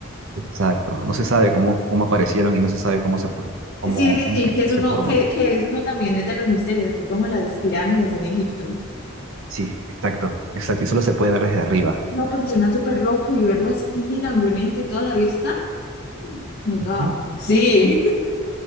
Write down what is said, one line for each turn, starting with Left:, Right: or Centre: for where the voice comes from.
Right: Exacto. No se sabe cómo, cómo aparecieron y no se sabe cómo se for- cómo,
Left: Sí, sí,
Right: cómo
Left: sí,
Right: que
Left: que es uno,
Right: se forman.
Left: que, que es uno también es de los misterios, así como las pirámides en Egipto.
Right: Sí, exacto, exacto. Y solo se puede ver desde arriba.
Left: No, pero suena súper loco y verlo así en avioneta y toda la vista. Oh My God.
Right: Ujú.
Left: Sí.